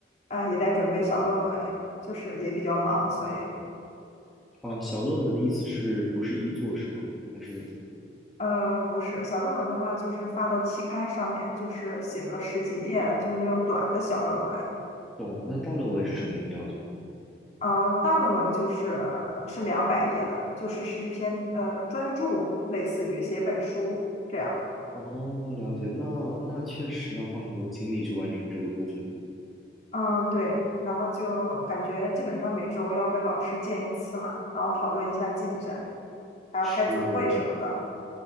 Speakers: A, on the left; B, in the centre.
A: 啊呃也在准备小论文，就是也比较忙，所以
B: 啊，小论文的意思是不是一作是吗？还是
A: 嗯、呃不是小论文的话，就是发到期刊上面，就是写个十几页，就是那种短的小论文。
B: 懂？那大论文是什么要求？
A: 呃，大论文就是是两百页的，就是是一篇呃专著，类似于写一本书这样。
B: 哦，了解。那那确实要花很多精力去完成这个部分。
A: 嗯，对，然后就感觉基本上每周要跟老师见一次嘛，然后讨论一下进展，还要开组会什么的。
B: 是的，